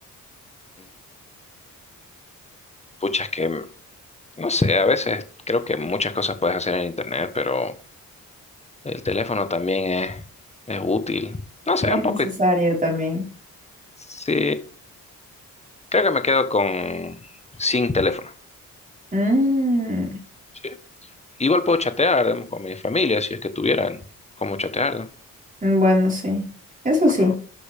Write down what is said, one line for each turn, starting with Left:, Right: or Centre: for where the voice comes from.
Left: Mm. Pucha, es que, no sé, a veces creo que muchas cosas puedes hacer en internet, pero el teléfono también es, es útil. No sé,
Right: Es
Left: un
Right: necesario
Left: poco...
Right: también.
Left: Sí, creo que me quedo con sin teléfono.
Right: Mm.
Left: Sí. Igual puedo chatear digamos, con mi familia si es que tuvieran cómo chatear. ¿no?
Right: Mm, Bueno, sí. Eso
Left: Ajá,
Right: sí.